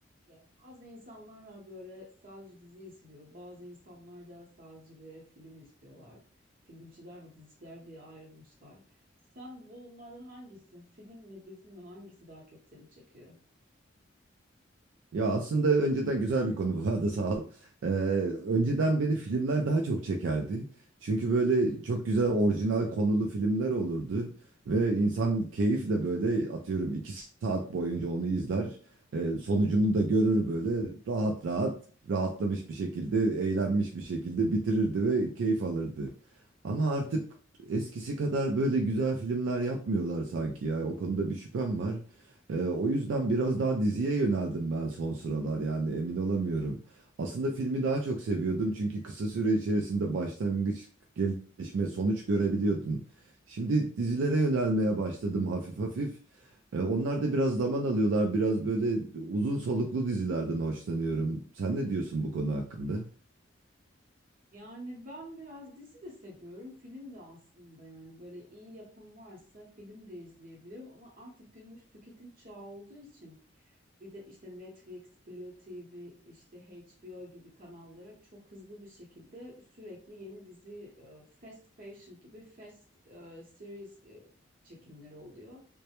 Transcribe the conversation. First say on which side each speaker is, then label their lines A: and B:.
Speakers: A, on the right (about 45°); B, on the right (about 75°).
A: Ya bazı insanlar var böyle sadece dizi izliyor. Bazı insanlar da sadece böyle film izliyorlar. Filmciler ve diziciler diye ayrılmışlar. Sen bunlardan hangisin? Film mi dizi mi hangisi daha çok seni çekiyor?
B: Ya aslında önceden güzel bir konu bu arada sağ ol. Ee, önceden beni filmler daha çok çekerdi. Çünkü böyle çok güzel orijinal konulu filmler olurdu. Ve insan keyifle böyle atıyorum iki saat boyunca onu izler. Ee, sonucunu da görür böyle rahat rahat rahatlamış bir şekilde eğlenmiş bir şekilde bitirirdi ve keyif alırdı. Ama artık eskisi kadar böyle güzel filmler yapmıyorlar sanki ya. O konuda bir şüphem var. Ee, o yüzden biraz daha diziye yöneldim ben son sıralar yani emin olamıyorum. Aslında filmi daha çok seviyordum çünkü kısa süre içerisinde başlangıç, gelişme, sonuç görebiliyordun. Şimdi dizilere yönelmeye başladım hafif hafif. Ee, onlar da biraz zaman alıyorlar. Biraz böyle uzun soluklu dizilerden hoşlanıyorum. Sen ne diyorsun bu konu hakkında?
A: Yani ben biraz dizi de seviyorum. Film de aslında yani böyle iyi yapım varsa film de izleyebilirim. Ama artık günümüz tüketim çağı olduğu için Bir de işte Netflix, Blue TV, işte HBO gibi kanallara çok hızlı bir şekilde sürekli yeni dizi, e, fast fashion gibi fast e, series e, çekimleri oluyor.